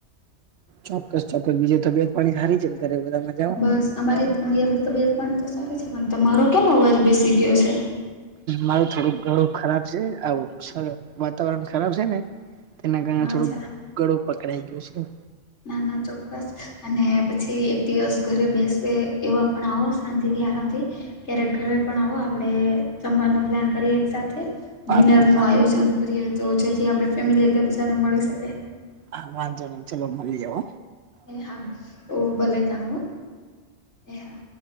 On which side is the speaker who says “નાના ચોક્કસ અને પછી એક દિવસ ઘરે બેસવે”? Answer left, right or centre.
Left